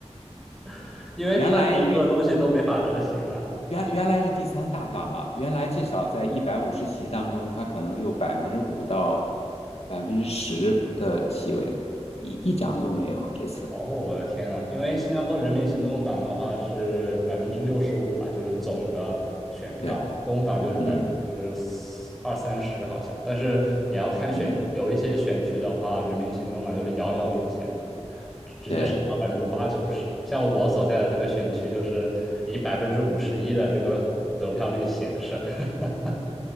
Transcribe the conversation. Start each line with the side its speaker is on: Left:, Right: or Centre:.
Centre: <laughs> 因为他提出的东西都没法执行啊。
Left: 原来绿原原来是第三大党啊，原来至少在一百五十席当中，它可能有百分之五到百分之十的席位，一一张都没有这次。
Centre: 哦，我的天啊！因为新加坡人民行动党的话是百分之六十五吧，就是总的选票，
Left: 对，
Centre: 工党就是百分之
Left: 嗯
Centre: 二三十好像，但是也要看选区，
Left: 嗯，
Centre: 有一些选区的话，人民行动党就是遥遥领先，直直接上到百分之八九十。
Left: 对，
Centre: 像我所在的这个选区，就是以百分之五十一的这个得票率险胜。<laughs>